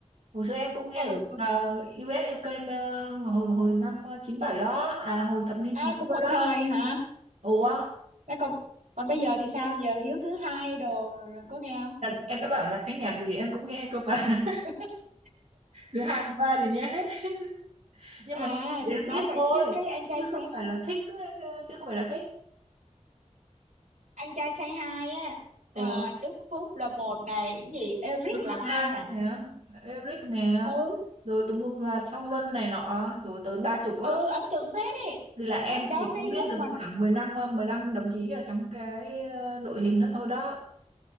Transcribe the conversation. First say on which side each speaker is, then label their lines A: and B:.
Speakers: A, on the right; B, on the right.
A: hồi xưa em cũng nghe
B: ừ.
A: là US UK mà hồi hồi năm chín bảy đó à hồi thập niên
B: à,
A: chín
B: cũng
A: mươi
B: một thời
A: đó
B: hả
A: ủa
B: thế còn còn bây giờ thì sao giờ Hiếu thứ hai đồ rồi có nghe không
A: em em đã bảo là cái nhạc gì em cũng nghe cơ mà
B: <laughs>
A: <laughs> thứ hai thứ ba thì nghe hết nhưng
B: à
A: mà để
B: nói
A: biết
B: vậy
A: thôi
B: chứ cái anh trai
A: chứ
B: say
A: không phải là thích ấy, chứ không phải là thích
B: anh trai say hi á à,
A: ủa
B: Đức Phúc là một này cái gì Eric
A: đứa thứ
B: là hai
A: hai
B: nè
A: nè Eric nè
B: ừ
A: rồi tùm lum là Song Luân này nọ rồi tới ba chục á
B: ừ ấn tượng phết đấy
A: thì là em
B: mấy anh đó
A: chỉ
B: cái
A: có biết
B: lúc
A: được
B: mà
A: khoảng 15 mười 15 đồng chí ở trong cái ờ, đội hình đó thôi đó